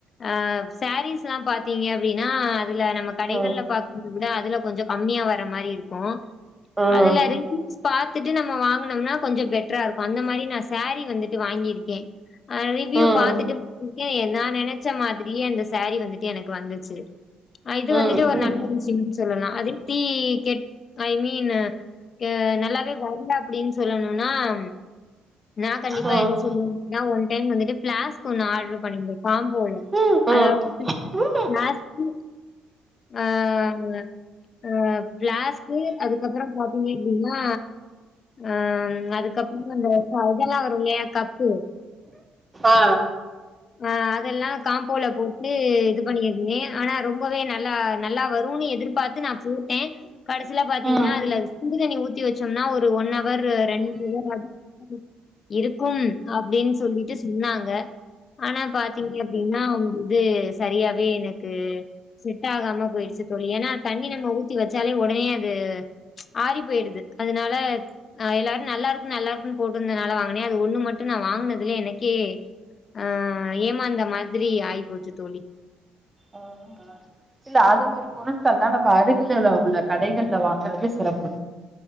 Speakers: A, on the left (about 45°); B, on the right (about 15°).
A: அ சாரீஸ்ல்லா பாத்தீங்க அப்டீனா ல நம்ம கடைகள்ல
B: ம்
A: பாக் <unintelligible> விட அதி அதுல கொஞ்சோ கம்மியா வர மாரி இருக்கோ
B: ம் ம்
A: அதுல ரீவீயூஸ் பாத்துட்டு நம்ம வாங் னும்னா கொஞ்சோ பெட்ரா இருக்கு அந்த மாரி நா சேரி வந்துட் டு வாங்கிருக்கே அ ரிவ்யூ
B: ம்
A: பாத்துட்டு இருக்க <unintelligible> நா நெனே ச்ச மாதிரியே அந்த சாரீ வந்துட் எனக்கு வந்துருச்சு ஆஹ் இது
B: ம்
A: வந்துட்டு ஒரு நண்பர் <inaudible> சொல்லலா அது தி கெட் ஐ மீனு கெ நல்லாவே வர்ல அப்டின்னு சொல்லணு நாம் நா கண்டிப்பா
B: ம்
A: எத சொல்வனு பாத்திங்னா ஒன் தென் வந்துட்டு பிளாஸ்க் ஒன்னு ஆர்டரு பண்ணியிருந்தே காம்போல
B: ம்
A: அதாவது
B: ம்
A: பிளாஸ்கு ஆஹ் ஆஹ் பிளாஸ்கு அதுக்கப்புறோ பாத்தீங்க அப்டினா ஆஹ் அதுக்கப்புறோ அந்த இதெல்லா வரு இல்லயா கப்பு
B: ஆ
A: ஆ அதெல்லா காம்போல போட்டு இது பண்ணியிருந்தே ஆனா ரொம்பவே நல்லா நல்லா வருனு எதிர்பாத்து நா போட்டே கடைசிலா பாத்தீங்கனா
B: ம்
A: அதுல சுடுதண்ணி ஊத் ஊத்தி வச்சோம்னா ஒரு ஒன் அவர் ரெண்டு <inaudible> இருக்கும் அப்டின்னு சொல்லிட்டு சொன்னாங்க ஆனா பாத்தீங்க அப்டின்னா அவங்க இது சரியாவே எனக்கு செட் ஆகாம போயிடுச்சு தோழி ஏன்னா தண்ணி நம்ம ஊத்தி வச்சாலே உடனே அது ச் ஆறி போயிடுது அதனால ஆ எல்லாரு நல்லா இருக்கு நல்லா இருக்குனு போட்டிருந்ததுனால வாங்குனே அது ஒண்ணு மட்டு நா வாங்னதுலே எனக்கே ஆ ஏமாந்த மாரி ஆய் போச்சு தோழி
B: ஆஹ் இல்ல அதே மாரி போனா <unintelligible> அருகில் உள்ள கடைகள்ல வாங்குறது சிறப்பு